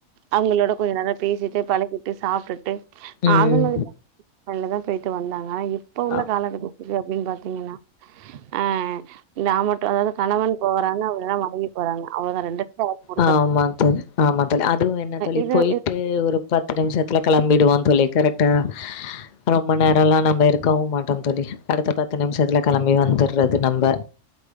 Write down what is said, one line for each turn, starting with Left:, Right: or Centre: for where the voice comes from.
Right: அவங்களோட கொஞ்சோ நல்லா பேசீட்டு பழகீட்டு சாப்ட்டுட்டு ஆ
Left: ம்
Right: அது மாரி தா நல்லதா போயிட்டு வந்தாங்க இப் இப்ப உள்ள
Left: ஆ
Right: கால <unintelligible> அப்டின்னு பாத்தீங்கன்னா ஆ இந்த ஆமட்டு அதாது கணவன் போறாங்க அப்றோ தா மனைவி போறங்க அவ்ளோதா ரெண்டு பேர் யாரா
Left: ஆ ஆமா தோ ஆமாந் ழிஅதுவு என்ன தள்ளி
Right: இது
Left: போயிட்டு
Right: இது
Left: ஒரு பத்து நிமிஷத்துல கிளம்பிடு வாங் தோழி கரெட்டா ரொம்ப நேரோல்லா நம்ப இருக்கவு மாட்டோ தோழி அடுத்த பத்து நிமிஷத்துல களம்பி வந்துடுறது நம்ப